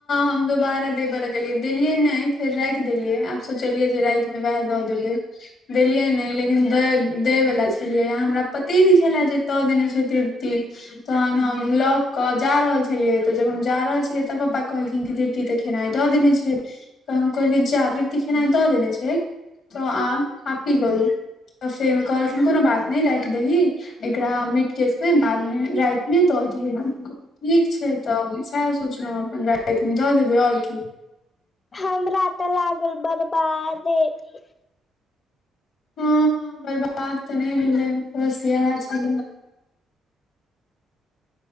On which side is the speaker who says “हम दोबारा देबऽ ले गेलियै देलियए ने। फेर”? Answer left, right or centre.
Left